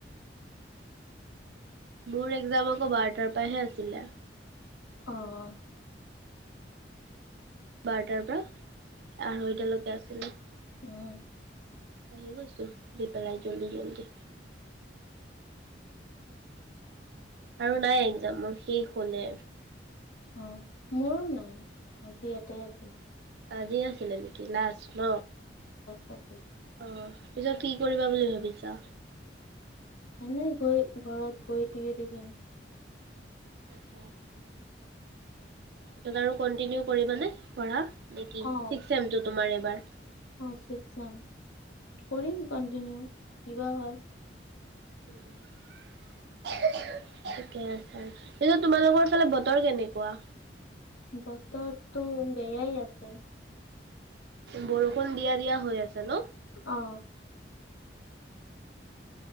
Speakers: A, on the right (about 60°); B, on the left (about 80°).
A: মোৰ এক্সাম আকৌ বাৰটাৰ পৰা হে আছিলে।
B: অঁ
A: বাৰটাৰ পৰা আঢ়ৈটালৈকে আছিলে।
B: উম
A: আহি গৈছো। দি পেলাই জল্দি জল্দি আৰু নাই এক্সাম মোৰ শেষ হলে
B: উম মোৰো নাই আজি ইয়াতে আছিলো
A: আজি আছিলে নেকি ক্লাছ ন
B: তাকেই
A: অ পিছত কি কৰিবা বুলি ভাবিছা
B: এনে গৈ ঘৰত বহি টিভি দেখিম
A: আচ্ছা এইবাৰ আৰু কণ্টিনিউ কৰিব নে পঢ়া নেকি চিস্ক
B: অ
A: চিষ্টেম তোমাৰ এইবাৰ
B: অ ছিক্স ছেম কৰিম কনটিনিউ কিবা হয়
A: উম থিকে আছা এতিয়া তোমালোকৰ ফালে বতৰ কেনেকুৱা
B: বতৰটো বেয়াই আছে
A: বৰষুণ দিয়া দিয়া হৈ আছে ন
B: অ